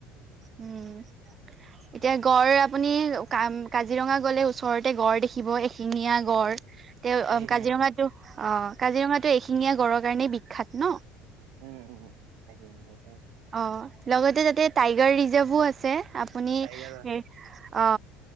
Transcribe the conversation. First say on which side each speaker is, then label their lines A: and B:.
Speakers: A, on the right; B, on the right.
A: উম, এতিয়া গড় আপুনি কাম কাজিৰঙা গ'লে, ওচৰতে গড় দেখিব এশিঙীয়া গড়। তে
B: এশিঙীয়া
A: অ, ' কাজিৰঙাটো
B: গড়
A: অ', 'কাজিৰঙাটো এশিঙীয়া গড়ৰ কাৰণেই বিখ্যাত ন।
B: উম, উম
A: অ', 'লগতে তাতে টাইগাৰ ৰিজাৰ্ভো আছে আপুনি অ',
B: টাইগাৰ